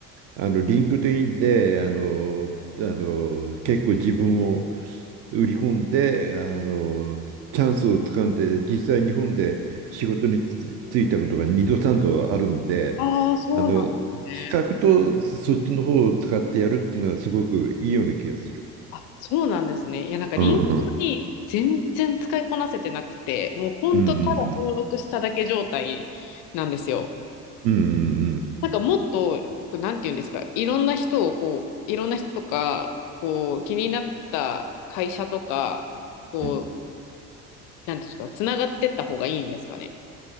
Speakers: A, on the right; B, on the left.
A: あの、リンクトインで、あの、あの、結構自分を売り込んで、あの、チャンスをつかんで、実際日本で仕事につ就いたことが2度3度あるんで、
B: ああ、そうなんですね。
A: あの、資格とそっちの方を使ってやるっていうのはすごくいいような気がする。
B: あ、そうなんですね。いや、なんかリンクドイン全然使いこなせてなくて、
A: うん。
B: もうほんとただ登録しただけ状態なんですよ。
A: うんうんうんうんうんうん
B: なんかもっと、なんて言うんですか、いろんな人をこう、いろんな人とか、こう、気になった会社とか、こ
A: うん
B: う、なんていうんですか、つながってった方がいいんですかね。